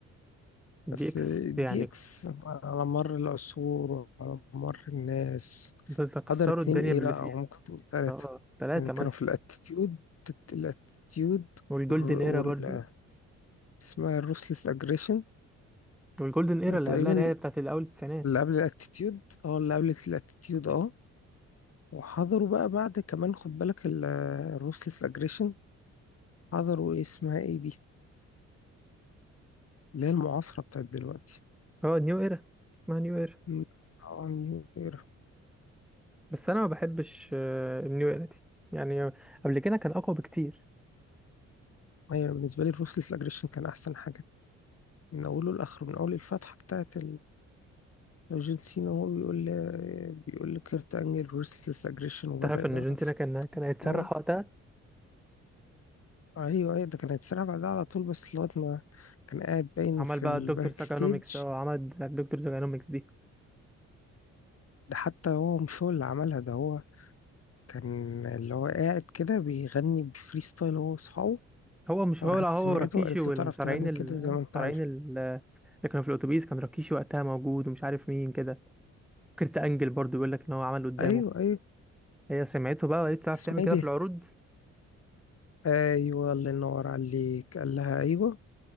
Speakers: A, in the centre; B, on the left.
A: الدي
B: بس
A: اكس
B: الدي
A: يعني
B: إكس على مر العصور وعلى مر الناس
A: كنت كسروا
B: حضر اتنين
A: الدنيا
B: ايه
A: باللي
B: لا
A: فيها
B: او ممكن تقول تلاتة
A: اه ثلاثه
B: يعني كانوا
A: مثلا
B: في الاتيتيود الاتيتيود
A: والجولدن
B: وال
A: ايرا برضو
B: اسمها الروسلس اجريشن
A: والجولدن ايرا
B: وتقريبا
A: اللي قبلها اللي هي بتاعت الاول التسعينات
B: اللي قبل الاتيتيود اه اللي قبل الاتيتيود اه وحضروا بقى بعد كمان خد بالك الروسلس اجريشن حضروا ايه اسمها ايه دي اللي هي المعاصرة بتاعت دلوقتي
A: اه نيو ايرا ما نيو ايرا
B: م- اه نيو ايرا
A: بس انا ما بحبش آه، النيو ايرا دي يعني قبل كده كان اقوى بكتير
B: ايوه بالنسبة لي الروسلس اجريشن كان احسن حاجة من اوله لاخره من اول الفتحة بتاعت لو جون سينا هو بيقول بيقول لكيرت انجل ورثلس اجريشن وبدأ
A: تعرف
B: بقى
A: ان جون سينا كان كان هيتسرح
B: هو
A: وقتها
B: ايوه ايوه ده كان هيتسرع بعدها على طول بس لغايه ما كان قاعد باين
A: عمل
B: في
A: بقى
B: الباك
A: الدكتور ساكانوميكس
B: ستيج
A: اه عمل بتاعت الدكتور ساكانوميكس دي
B: ده حتى هو مش هو اللي عملها ده هو كان اللي هو قاعد كده بيغني بفري ستايل هو واصحابه
A: هو مش
B: فراحت
A: هو لا هو
B: سمعته
A: راكيشي
B: وقالت
A: والمصارعين
B: له تعرف تغني
A: ال-
B: كده زي
A: المصارعين
B: ما انت عارف
A: ال- اللي كانوا في الاتوبيس كان راكيشي وقتها موجود ومش عارف مين كده كرت انجل برضو بيقول لك ان هو عمل قدامه
B: ايوه ايوه
A: هي سمعته بقى وقالت تعرف
B: اسمها
A: تعمل كده
B: ايه دي
A: في العروض
B: ايوه الله ينور عليك قال لها ايوه